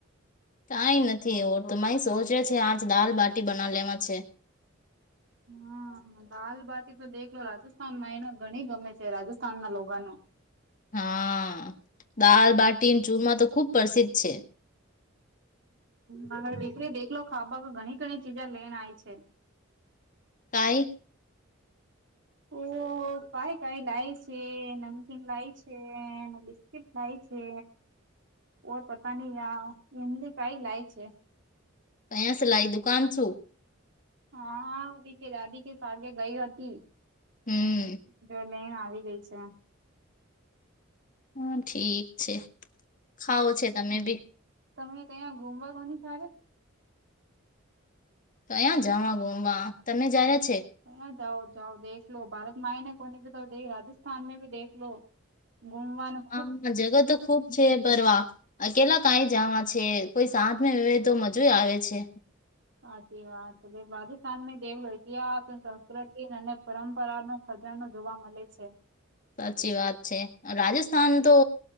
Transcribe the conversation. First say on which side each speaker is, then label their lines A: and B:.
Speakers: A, on the left (about 40°); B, on the right (about 60°).
A: કઈ નથી એવો તો માઈ સોચે છે આજ દાલ બાટી બના લેવા છે.
B: હમ, દાલ બાતી તો દેખલો રાજસ્થાનમાં એને ઘણી ગમે છે રાજસ્થાન ના લોગાનો.
A: હા, દાલ બાટી ચૂરમાં તો ખુબ પ્રસિદ્ધ છે.
B: મારે દીકરી દેખલો ખાવા ઘણી ઘણી ચીજા લેનેય છે.
A: કાઈ?
B: હો. કાય કઈ લાય છે નમકીન લાય છેને બિસ્કીિટ લાય છે. કો પતા ની આ એમની કઈ લાય છે.
A: કયા સે લાઈ દુકાન છું.
B: હા, બીકે દાદી કે પાગે ગઈ હતી.
A: હમ.
B: જો લઈને આવી ગઈ છે.
A: હમ, ઠીક છે ખાવ છે તમે બી.
B: તમે ક્યાં ગુમવા <unintelligible>
A: કયાં જવા ગુમવા તમે જ્યા છે.
B: હ, જાઓ જાઓ દેખ લો ભારતમાંયને કોને તો રાજસ્થાન મે બી દેખલો. ગુમવાનું
A: હા જગા તો ખુબ છે ફરવા કેલા કઈ જવા છે કોઈ સાજમાં વ તો મજા આવે છે
B: સાચી વાત છે રાજસ્થાન દેખલો ઇતિહાસ સંસ્કૃતિ અને પરંપરા ન ખજાનો જોવા મળે છે
A: સાચી વાત છે રાજસ્થાન તો